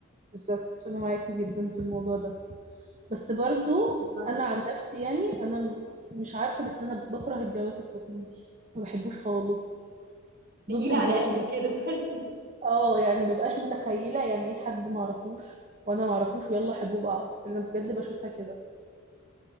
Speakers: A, on the right; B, on the right.
A: بالظبط انا معاكي جدا في الموضوع ده بس برضو
B: بالظبط.
A: انا عن نفسي يعني انا م- مش عارفه بس انا بكره الجواز التقليدي ما بحبوش خالص
B: تقيلة
A: ضده
B: على
A: نهائي
B: قلبك
A: مثلا
B: كده تحسي
A: اه يعني مبقاش متخيله يعني ايه حد ما اعرفوش وانا ما اعرفوش ويلا حبوا بعض انا بجد بشوفها كده